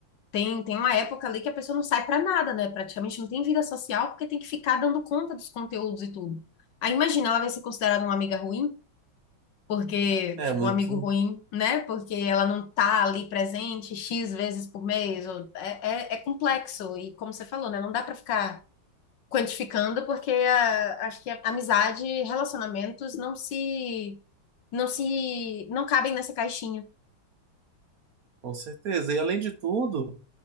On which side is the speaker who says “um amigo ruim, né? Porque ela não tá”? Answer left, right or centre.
Left